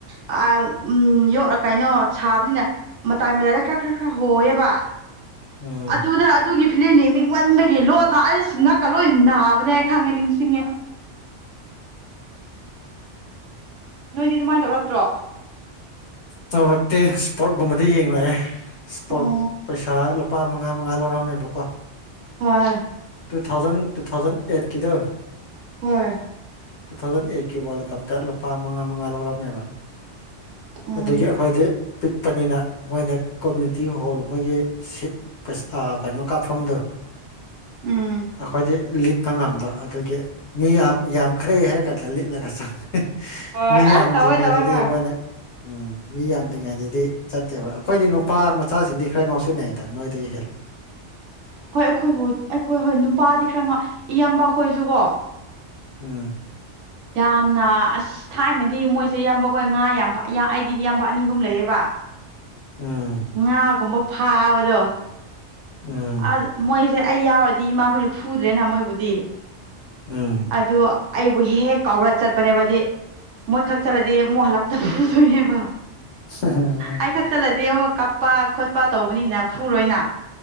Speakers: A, on the right; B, on the left.
A: ꯑ ꯎꯝ ꯌꯣꯛꯑ ꯀꯩꯅꯣ ꯁꯥꯕꯅꯤꯅ ꯃꯇꯥꯏ ꯃꯇꯥꯏꯗ ꯈꯔ ꯈꯔ ꯈꯔ ꯍꯣꯌꯦꯕ
B: ꯎꯝ
A: ꯑꯗꯨꯗ ꯑꯗꯨꯒꯤ ꯐꯤꯂꯦꯝ ꯌꯦꯡꯅꯤꯡꯃꯟꯕꯒꯤ ꯂꯣꯠꯅ ꯑꯩꯁꯤ ꯉꯛꯀ ꯂꯣꯏ ꯅꯥꯕꯅꯦ ꯍꯥꯏ ꯈꯪꯉꯦ ꯅꯤꯡꯁꯤꯡꯉꯦ ꯅꯣꯏꯗꯤ ꯑꯗꯨꯃꯥꯏꯅ ꯇꯧꯔꯛꯇ꯭ꯔꯣ
B: ꯆꯥꯎꯧꯔꯛꯇꯦ ꯏꯁꯄꯣꯔꯠ ꯀꯨꯝꯕꯗꯤ ꯌꯦꯡꯂꯛꯑꯦ ꯏꯁꯄꯣꯔꯠ
A: ꯑꯣ
B: ꯄꯩꯁꯥꯂꯣ ꯂꯨꯄꯥ ꯃꯉꯥ ꯃꯉꯥ ꯂꯧꯔꯝꯃꯦꯕꯀꯣ
A: ꯍꯣꯏ
B: ꯇꯨ ꯊꯥꯎꯖꯟ ꯇꯨ ꯊꯥꯎꯖꯟ ꯑꯩꯠꯀꯤꯗꯣ
A: ꯍꯣꯏ
B: ꯇꯨ ꯊꯥꯎꯖꯟ ꯑꯩꯠꯀꯤ ꯋꯥꯔꯜ ꯀꯞꯇ ꯂꯨꯄꯥ ꯃꯉꯥ ꯃꯉꯥ ꯂꯧꯔꯝꯃꯦꯕ
A: ꯎꯝ
B: ꯑꯗꯒꯤ ꯑꯈꯣꯏꯗꯤ ꯄꯤꯛꯄꯅꯤꯅ ꯃꯣꯏꯅ ꯀꯣꯃꯨꯅꯤꯇꯤ ꯍꯣꯜ ꯃꯣꯏꯒꯤ ꯁꯤꯠ ꯀꯩꯅꯣ ꯀꯥꯞꯐꯝꯗꯨ
A: ꯎꯝ
B: ꯑꯈꯣꯏꯗꯤ ꯂꯤꯠꯄ ꯉꯝꯕ ꯑꯗꯒꯤ ꯃꯤ ꯌꯥꯝ ꯌꯥꯝꯈ꯭ꯔꯦ ꯍꯥꯏꯔ ꯀꯥꯟꯗ ꯂꯤꯠꯂꯒ ꯆꯪꯕꯅ
A: ꯍꯣꯏ
B: ꯃꯤ ꯌꯥꯝꯗ꯭ꯔꯤꯉꯩꯗꯗꯤ
A: ꯑꯁ ꯇꯧꯋꯦ ꯇꯧꯋꯦ ꯍꯣꯏ
B: ꯃꯣꯏꯅ
A: ꯍꯣꯏ
B: ꯎꯝ ꯃꯤ ꯌꯥꯝꯗ꯭ꯔꯤꯉꯩꯗꯗꯤ ꯆꯠꯇꯦꯕ ꯑꯈꯣꯏꯗꯤ ꯅꯨꯄꯥ ꯃꯆꯥꯁꯤꯡꯗꯤ ꯈꯔ ꯉꯥꯎꯁꯤꯟꯅꯩꯗ ꯅꯣꯏꯗꯒꯤ ꯍꯦꯜ
A: ꯍꯣꯏ ꯑꯈꯣꯏꯕꯨ ꯑꯩꯈꯣꯏ ꯍꯣꯏ ꯅꯨꯄꯥꯗꯤ ꯈꯔ ꯏꯌꯥꯝꯕꯈꯣꯏꯁꯨ ꯀꯣ
B: ꯎꯝ
A: ꯌꯥꯝꯅ ꯑꯁ ꯊꯥꯏꯅꯗꯤ ꯃꯣꯏꯁꯦ ꯏꯌꯥꯝꯕꯈꯣꯏ ꯉꯥ ꯌꯥꯝ ꯐꯥ ꯌꯥ ꯑꯩꯗꯤ ꯏꯌꯥꯝꯕ ꯑꯅꯤ ꯑꯍꯨꯝ ꯂꯩꯌꯦꯕ
B: ꯎꯝ
A: ꯉꯥ ꯒꯨꯝꯕ ꯐꯥꯕꯗꯣ
B: ꯎꯝ
A: ꯑ ꯃꯣꯏꯁꯦ ꯑꯩ ꯌꯥꯎꯔꯗꯤ ꯏꯃꯥꯈꯣꯏ ꯐꯨꯗ꯭ꯔꯦꯅ ꯃꯣꯏꯕꯨꯗꯤ
B: ꯎꯝ
A: ꯑꯗꯣ ꯑꯩꯕꯨ ꯍꯦꯛ ꯍꯦꯛ ꯀꯥꯎꯔ ꯆꯠꯄꯅꯦꯕ ꯑꯗꯨꯏ ꯃꯣꯏꯈꯛ ꯆꯠꯂꯗꯤ ꯃꯨꯛ ꯍꯜꯂꯛꯄꯗ ꯐꯨꯗꯣꯏꯅꯦꯕ
B: <unintelligible>
A: ꯑꯩ ꯈꯛ ꯆꯠꯂꯗꯤ ꯑꯃꯨꯛ ꯀꯞꯄ ꯈꯣꯠꯄ ꯇꯧꯕꯅꯤꯅ ꯐꯨꯔꯣꯏꯅ